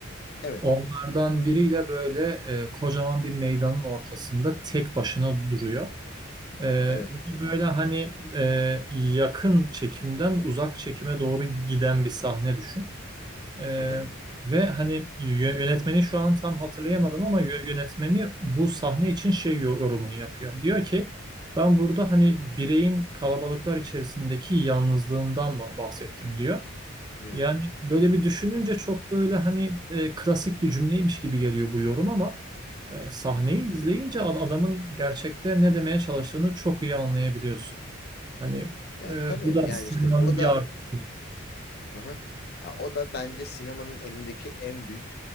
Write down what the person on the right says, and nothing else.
Onlardan biriyle böyle e, kocaman bir meydanın ortasında tek başına duruyor. E, ve
böyle hani e, yakın çekimden uzak çekime doğru giden bir sahne düşün. Ee,
ve hani yö- yönetmeni şu an tam hatırlayamadım ama yö- yönetmeni bu sahne için şey yo- yorumunu yapıyor. Diyor ki ben burada hani bireyin kalabalıklar içerisindeki yalnızlığından ba- bahsettim diyor.
Yani böyle bir düşününce çok böyle hani e, klasik
bir cümleymiş gibi geliyor bu yorum ama e, sahneyi
izleyince ad- adamın gerçekte ne demeye çalıştığını çok iyi anlayabiliyorsun. Hani
e,
bu da
sinemanın
bir
artısı.